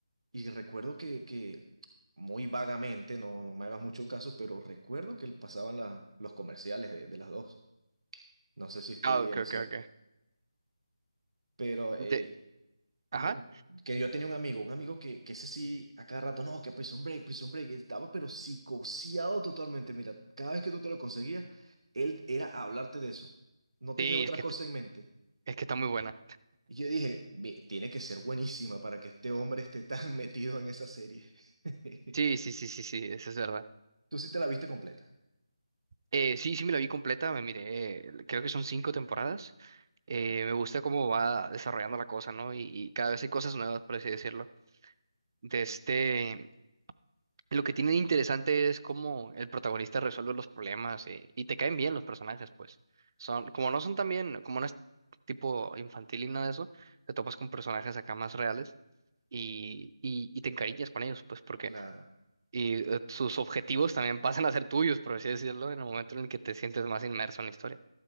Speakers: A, on the right; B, on the right.
A: Y recuerdo que, que muy vagamente, no, no me hagas mucho caso, pero recuerdo que pasaban la- los comerciales de, de las dos. No sé si estoy
B: Ah, ok,
A: en lo
B: ok,
A: cierto.
B: ok.
A: Pero eh,
B: De- Ajá,
A: no- que yo tenía un amigo, un amigo que, que ese sí, a cada rato, no, que Prison Break, Prison Break, estaba pero psicoseado totalmente. Mira, cada vez que tú te lo conseguías, él era hablarte de eso. No tenía
B: sí,
A: otra
B: es que,
A: cosa en mente.
B: es que está muy buena.
A: Y yo dije, "Ve, tiene que ser buenísima para que este hombre esté tan <laughs> metido en esa serie. <laughs>
B: Sí, sí, sí, sí, sí, eso es verdad.
A: Tú sí te la viste completa.
B: Eh, sí, sí me la vi completa, me miré, eh, creo que son cinco temporadas. Eh,
A: Ajá,
B: me gusta cómo va desarrollando la cosa, ¿no? Y, y cada vez hay cosas nuevas, por así decirlo. De este, lo que tiene de interesante es cómo el protagonista resuelve los problemas eh, y te caen bien los personajes, pues. Son, como no son también, como no es tipo infantil y nada de eso, te topas con personajes acá más reales y, y, y te encariñas con ellos, pues porque
A: claro,
B: y, eh, sus objetivos también <laughs> pasan a ser tuyos, por así decirlo, en el momento en el que te sientes más inmerso en la historia.